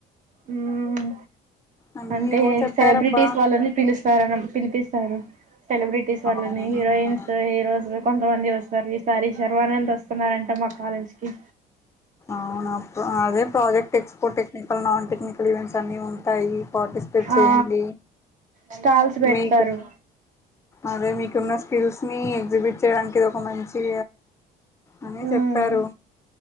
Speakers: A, on the right; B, on the left.
A: హ్మ్
B: అని
A: అంటే
B: ఏవో చెప్పారబ్బా
A: సెలబ్రిటీస్ వాళ్ళని పిలుస్తారు పిలిపిస్తారు సెలబ్రిటీస్ వాళ్ళని
B: అవునా
A: హీరోయిన్స్ హీరోస్ కొంతమంది వస్తారు ఈసారి షర్వానంద్ వస్తున్నారంట మా కాలేజ్ కి
B: అవునా అదే ప్రాజెక్ ఎక్స్పో టెక్నికల్ నన్ టెక్నికల్ <unintelligible> అన్ని ఉంటాయి పార్టిసిపేట్ చేయండి
A: ఆ స్టాల్స్ పెడతారు
B: మీకు అదే మీకున్న స్కిల్స్ని ఎగ్జిబిట్ చేయడానికి ఇది ఒక మంచి అని
A: ఉమ్
B: చెప్పారు